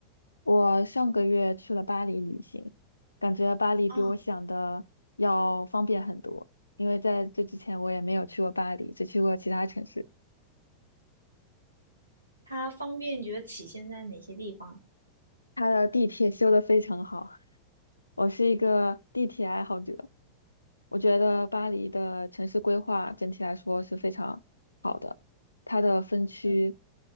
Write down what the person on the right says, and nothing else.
嗯
它方便，觉得体现在哪些地方？
嗯